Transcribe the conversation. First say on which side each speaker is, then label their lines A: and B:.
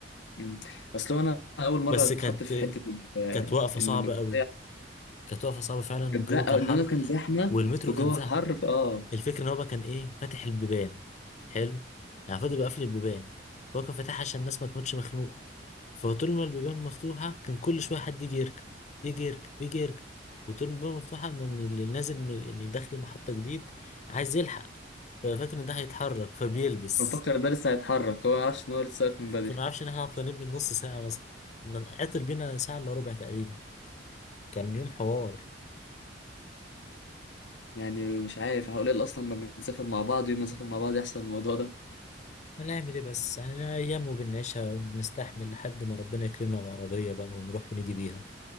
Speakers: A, on the left (about 70°); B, on the left (about 40°).
A: مم. اصل هو انا اول مره
B: بس
A: اتحط
B: كانت
A: في حته ال-
B: كانت واقفه
A: ان
B: صعبه
A: المترو
B: قوي كانت واقفه صعبه فعلا
A: كانت
B: والجو
A: زق-
B: كان
A: أو إنه
B: حر
A: كان زحمة
B: والمترو
A: وجوه
B: كان زحم
A: حر فآه
B: الفكره ان هو بقى كان ايه فاتح البيبان حلو يعني فضل بقى قافل البيبان هو كان فاتحها عشان الناس ما تموتش مخنوقه فطول ما البيبان مفتوحة كان كل شوية حد يجي يركب يجي يركب يجي يركب وطول ما البيبان مفتوحة من اللي نازل من اللي داخل محطة جديد عايز يلحق ففاكر إن ده هيتحرك فبيلبس
A: بفكر ده لسه هيتحرك هو معرفش إن هو لسه واقف من بدري
B: فما عرفش إن إحنا عطلانين من نص ساعة مثلا عطل بينا ساعة إلا ربع تقريبا كان يوم حوار
A: يعني مش عارف هقول إيه أصلا ما بنسافر مع بعض يوم ما نسافر مع بعض يحصل الموضوع ده
B: هنعمل إيه بس يعني أيام وبنعيشها بنستحمل لحد ما ربنا يكرمنا بعربية بقى ونروح ونيجي بيها